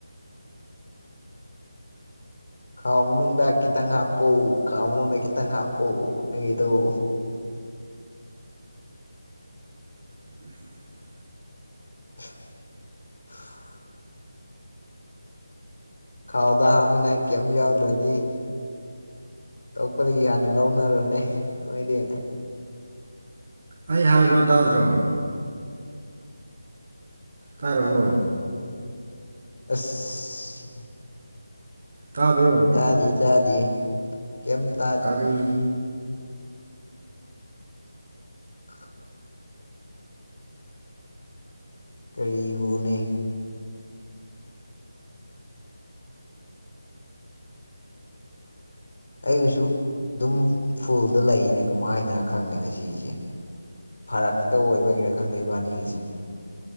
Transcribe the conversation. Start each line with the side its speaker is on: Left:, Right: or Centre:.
Left: ꯈꯥꯎ ꯃꯅꯨꯡꯗ ꯈꯤꯇꯪ ꯍꯥꯞꯄꯧ ꯈꯥꯥꯎ ꯃꯅꯨꯡꯗ ꯈꯤꯇꯪ ꯍꯥꯞꯄꯧ ꯅꯪꯒꯤꯙꯧ
Right: <inaudible> <unintelligible>
Left: <unintelligible> ꯈꯥꯎꯗ ꯍꯥꯞꯅꯤꯉꯥꯏ ꯀꯩꯝ ꯌꯥꯎꯗ꯭ꯔꯗꯤ ꯇꯛꯄꯗꯒꯤ ꯍꯥꯟꯅ ꯂꯧꯅꯔꯨꯔꯅꯦ ꯅꯣꯏꯗꯤ
Right: ꯑꯩ ꯍꯥꯏꯕ ꯇꯥꯗ꯭ꯔꯣ ꯇꯥꯔꯕꯣ
Left: ꯑꯁ
Right: ꯇꯥꯕ꯭ꯔꯣ
Left: ꯆꯥꯗ ꯆꯥꯗ ꯀ
Right: ꯀꯔꯤ
Left: ꯑ ꯀꯔꯤꯕꯨꯅꯤ ꯑꯩꯁꯨ ꯑꯗꯨꯝ ꯐꯨꯜꯗ ꯂꯩꯅꯦ ꯀꯃꯥꯏꯅ ꯈꯪꯗꯦ ꯉꯁꯤꯁꯦ ꯐꯔꯛꯇ ꯑꯣꯏꯕꯒꯤꯔꯥ ꯈꯪꯗ ꯏꯕꯥꯅꯤꯒꯤꯁꯦ